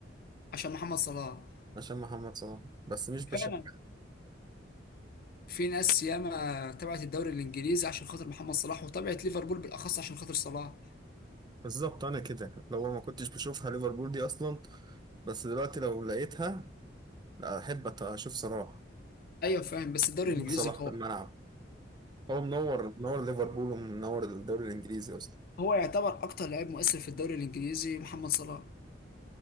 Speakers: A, on the left; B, on the right.
A: عشان محمد صلاح
B: عشان محمد صلاح بس مش بشجع
A: فعلا في ناس ياما تبعت الدوري الانجليزي عشان خاطر محمد صلاح وتبعت ليفربول بالاخص عشان خاطر صلاح
B: بالظبط انا كده لو ما كنتش بشوفها ليفربول دي اصلا بس دلوقتي لو لقيتها لا احب أت- اشوف صلاح
A: ايوه فاهم بس الدوري
B: وجود
A: الانجليزي
B: صلاح
A: قوي
B: في الملعب هو منور منور ليفربول ومنور الدوري الانجليزي اصلا
A: هو يعتبر اكتر لاعب مؤثر في الدوري الانجليزي محمد صلاح